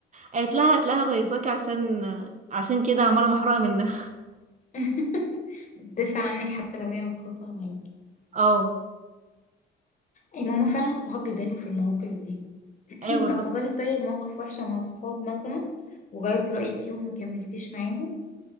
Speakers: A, on the right; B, on the left.
A: قالت لها هتلاقيها غيظاكي عشان عشان كده عماله محروقه منها
B: <laughs> بتدافع عنك حتى لو هي متخاصمة معاكي
A: <laughs> اه
B: اي ماما فعلا الصحاب بيبانوا في المواقف دي <clears throat>
A: ايوه بالظبط
B: طب حصلك طيب موقف وحشة مع صحاب مثلا وغيرت رأيك فيهم ما كملتيش معاهم